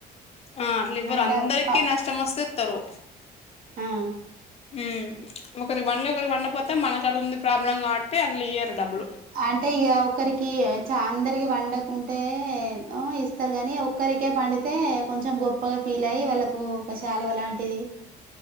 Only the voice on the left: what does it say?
ఆ అట్లు ఇవ్వరు
అందరికిీ
నష్టం వస్తే ఇస్తరు
మ్మ్ ఒకరికి పండి ఒకరికి వండపోతే మనకు అడ ఉంది ప్రాబ్లం కాబట్టి అళ్ ఇయ్యరు డబ్బులు